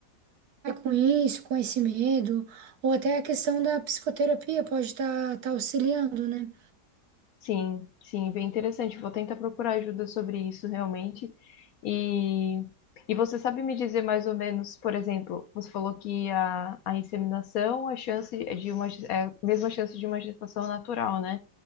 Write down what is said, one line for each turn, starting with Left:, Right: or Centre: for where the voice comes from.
Right: com isso, com esse medo, ou até a questão da psicoterapia pode estar auxiliando, né?
Left: Sim, sim, bem interessante. Vou tentar procurar ajuda sobre isso realmente. E, e você sabe me dizer mais ou menos, por exemplo, você falou que a, a inseminação, a chance é de uma, ge- é a mesma chance de uma gestação natural, né?